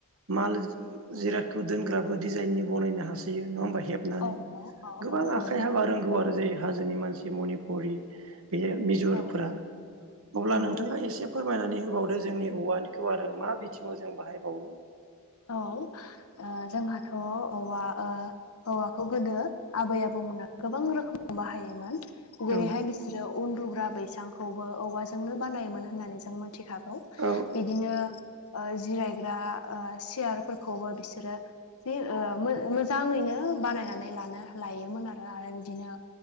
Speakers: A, on the right; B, on the left.
A: माल जिरादखौ दोनग्राबो डिजाइननि बनायनो हासोयो नङा होनबा। हेबनानै
B: औ नंगौ औ
A: गोबां
B: औ
A: आखाइ
B: औ नंगौ
A: हाबा रोंगौ आरो जेरै हाजोनि मानसि मनिपुरि बे मिजरफोरा
B: औ
A: अब्ला नोंथाङा
B: औ
A: एसे एसे फोरमायनानै होबावदो जोंनि औवानिखौ आरो मा बिथिङाव जों बाहायबावो
B: औ जोंहाथ' औवा औवाखौ गोदो आबै आबौमोना गोबां रोखोमाव बाहायोमोन। जेरैहाय
A: औ
B: बिसोरो उन्दुग्रा बैसांखौबो औवाजोंनो बानायोमोन होननानै जों मिथिखागौ
A: औ
B: बिदिनो जिरायग्रा सियारफोरखौबो बिसोरो जि मोजाङैनो बानायनानै लानो लायोमोन आरो आरो बिदिनो।